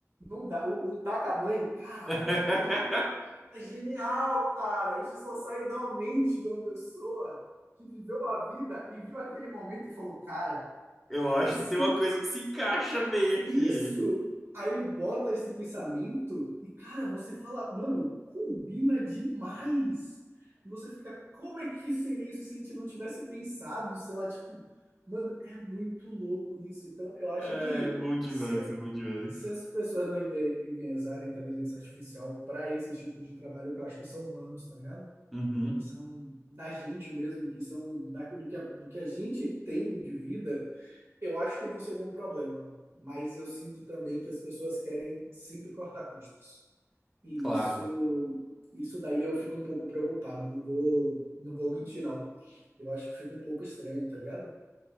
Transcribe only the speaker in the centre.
<laughs>
Eu acho
que tem uma coisa que se encaixa bem aqui.
É
bom demais,
é bom demais.
Uhum,
claro.